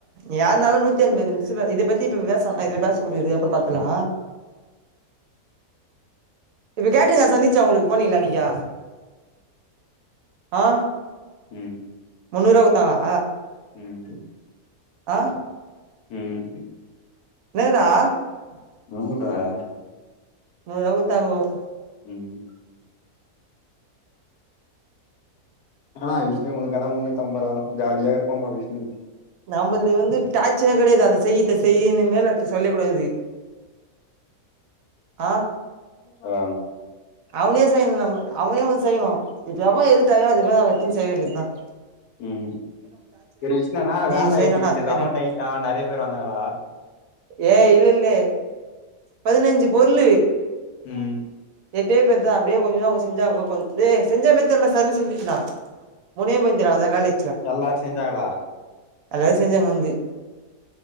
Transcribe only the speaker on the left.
ம்
ம்
உஹம்
<unintelligible>
ம் நா அ விஷ்ணு உக்கனா முண்ணு அம்பராா ஜாலியா இருப்பா அ விஷ்ணு
ஆ
உஹம் ச விஷனனா
வேல
எப்டிச்சு
சமா டைட்டா நெறைய பேர் வந்தாங்களா
ம்
எல்லாரும் செஞ்சாங்களா